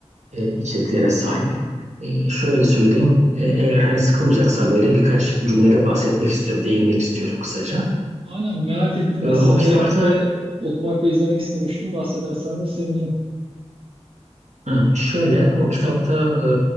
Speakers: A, on the right; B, on the right.
A: e, içeriklere sahip. E, şöyle söyleyeyim. E, eğer hani sıkılmayacaksan böyle birkaç cümlede bahsetmek istiyorum, değinmek istiyorum kısaca.
B: Aynen merak ettim aslında.
A: E, o kitapta
B: Hep de okumak ve izlemek istemiştim. Bahsedersen de sevinirim.
A: Ha, şöyle o kitapta e,